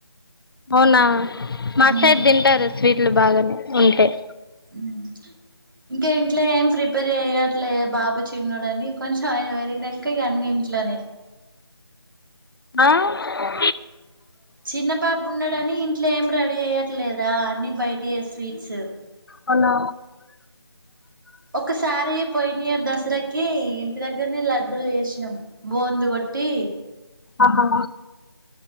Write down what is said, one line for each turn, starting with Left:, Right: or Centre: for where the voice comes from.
Left: అవునా మా
Right: ఉమ్
Left: సైడ్ తింటరు స్వీట్ ట్లు బాగనే ఉంటయి.
Right: మ్మ్ ఇంక ఇంట్లో ఏం ప్రిపేర్ చెయట్లేదు బాబు చిన్నోడని కొంచెం ఆయన పెరిగినంక ఇగ అన్ని ఇంట్లనే
Left: ఆ అ
Right: చిన్న బాబు ఉన్నాడని ఇంట్లో ఏం రెడీ అయ్యారు లేదా అన్ని బయటి స్వీట్స్
Left: అవునా
Right: ఒకసారి పోయి మీద దసరాకి ఇంటి దగ్గరనే లడ్డలు చేసినాము బోందు కొట్టి
Left: ఆహా